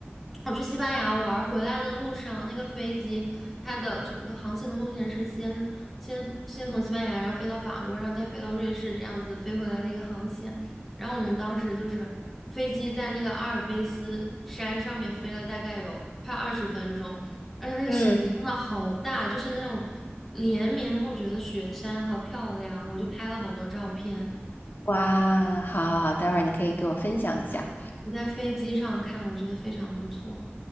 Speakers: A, in the centre; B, on the left.
A: 我去西班牙玩儿，回来的路上，那个飞机它的整个航行的路线是先先先从西班牙，然后飞到法国，然后再飞到瑞士，这样子飞回来的一个航线。然后我们当时就是飞机在那个阿尔卑斯山上面飞了大概有快二十分钟，而且那个山真的好大，
B: 嗯，
A: 就是那种连绵不绝的雪山，好漂亮，我就拍了好多照片。
B: 哇，好好好，待会儿你可以给我分享一下。
A: 我在飞机上看，我觉得非常不错，